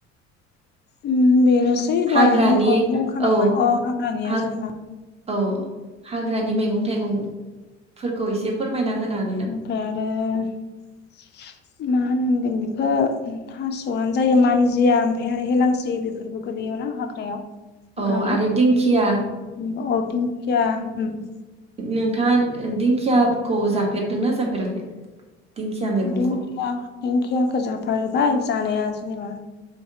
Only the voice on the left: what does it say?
ओम बेनोसै दहायनो
जोंथ' बुंखानांबाय
अ हाग्रानिया
जेनोबा
ओफ्राय आरो मा मा होनगोन बेखौ थास'आनो जायो मानजिया ओमफ्राय आरो हेलांस्रि बेफोरबो गोलैयोना हाग्राआव <inaudible>
दिंखिआ दिंखिआखौ जाफेरबाय जानाया जेनोबा